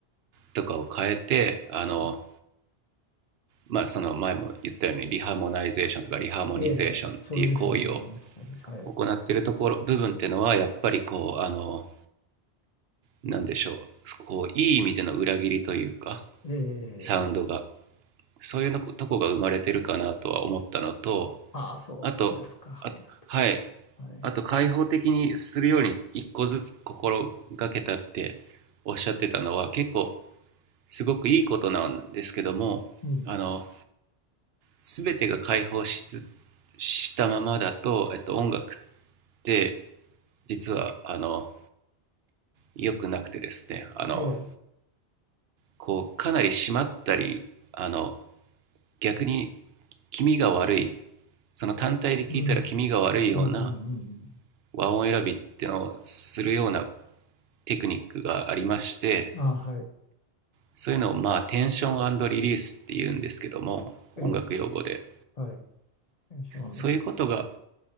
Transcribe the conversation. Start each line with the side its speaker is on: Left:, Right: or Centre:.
Right: とかを変えて、あの、
Left: はい
Right: まあ、その前も言ったようにリハモナイゼーションとかリハーモニゼーションっていう行為を
Left: ええそれですね、リハもはいです。はい
Right: 行ってるところ部分っていうのはやっぱりこうあのなんでしょうこういい意味での裏切りというか
Left: ええ
Right: サウンドがそういうのことこが生まれてるかなとは思ったのと
Left: ああ、そうですか。
Right: あとあはい
Left: ありがとう。はい。
Right: あと開放的にするように一個ずつ心がけたっておっしゃってたのは結構すごくいいことなんですけどもあの
Left: うん。
Right: 全てが開放しつしたままだと、えっと、音楽って実はあの良くなくてですねあの
Left: ええ、
Right: こうかなり締まったりあの逆に気味が悪いその単体で聞いたら気味が悪いような
Left: うん。うんうんうん
Right: 和音選びっていうのをするようなテクニックがありまして
Left: うん。ああ、はい。
Right: そういうのをまあテンションリリースっていうんですけども音楽用語で
Left: ええはい。天使満足です。
Right: そういうことが